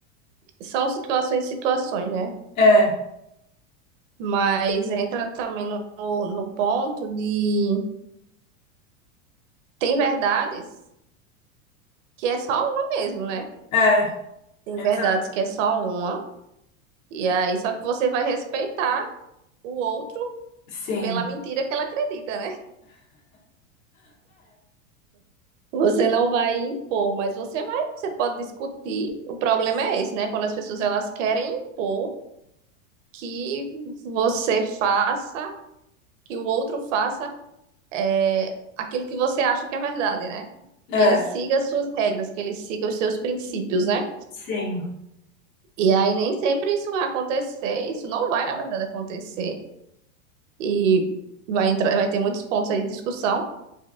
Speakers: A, on the right; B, on the left.
A: são situações e situações, né?
B: É,
A: Mas entra também no, no ponto de tem verdades que é só uma mesmo, né?
B: é,
A: Tem
B: exa-
A: verdades que é só uma, e aí só que você vai respeitar o outro
B: sim,
A: pela mentira que ela acredita, né? Você não vai impor, mas você vai, você pode discutir. O problema é esse, né? Quando as pessoas elas querem impor que você faça, que o outro faça é, aquilo que você acha que é verdade, né?
B: é,
A: Que ele siga as suas regras, que ele siga os seus princípios, né?
B: sim.
A: E aí nem sempre isso vai acontecer, isso não vai, na verdade, acontecer. E vai entrar, vai ter muitos pontos aí de discussão,